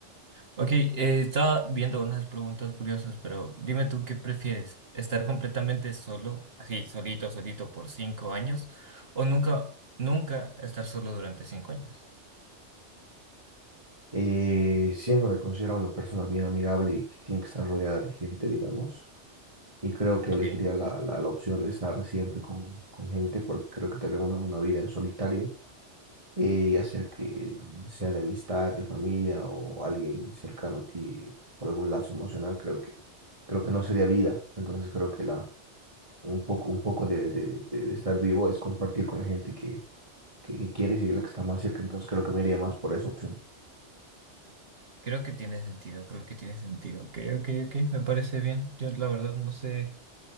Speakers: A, on the right (about 55°); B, on the right (about 30°).
A: ok, eh, estaba viendo unas preguntas curiosas, pero dime tú qué prefieres, estar completamente solo, así, solito, solito por cinco años, o nunca, nunca estar solo durante cinco años.
B: Eh, siempre me considero una persona bien amigable y que tiene que estar rodeada de gente, digamos, y creo que
A: Ok,
B: elegiría la, la, la opción de estar siempre con, con gente, porque creo que también una, una vida en solitario, eh, ya sea que sea de amistad, de familia o alguien cercano a ti por algún lazo emocional, creo que, creo que no sería vida, entonces creo que la, un poco, un poco de, de, de de estar vivo es compartir con la gente que que, que quieres y la que está más cerca, entonces creo que me iría más por esa opción.
A: creo que tiene sentido, creo que tiene sentido. Ok, ok, ok, me parece bien. Yo la verdad no sé.